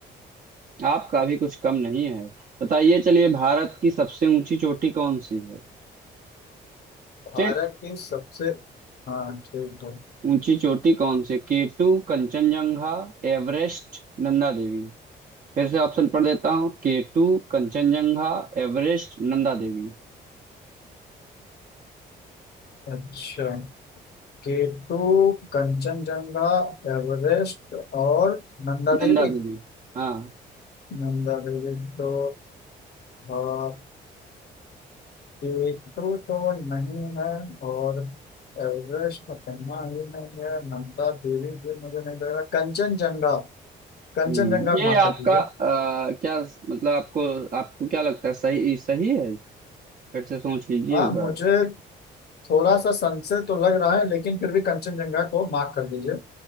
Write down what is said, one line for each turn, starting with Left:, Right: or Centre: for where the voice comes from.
Right: आपका भी कुछ कम नहीं है बताइए चलिए भारत की सबसे ऊंची चोटी कौन सी है
Left: भारत
Right: ठीक
Left: की सबसे हाँ ठीक है
Right: ऊंची चोटी कौन सी K two Kanchenjunga Everest Nanda Devi फिर से ऑप्शन पढ़ देता हूँ केटू कंचनजंगा एवरेस्ट नंदा देवी
Left: अच्छा केटू कंचनजंगा एवरेस्ट और नंदा
Right: नंदा
Left: देवी
Right: देवी हाँ
Left: नंदा देवी तो हाँ केटू तो नहीं है और एवरेस्ट पन्ना ही नहीं है नंदा देवी भी मुझे नहीं लग रहा कंचनजंगा कंचनजंगा
Right: हम्म ये
Left: माफ
Right: आपका
Left: कर दीजिए
Right: आ, क्या मतलब आपको आपको क्या लगता है सही सही है फिर से सोच लीजिए
Left: हाँ
Right: एक बार
Left: मुझे थोड़ा सा संशय तो लग रहा है लेकिन फिर भी कंचनजंगा को मार्क कर दीजिए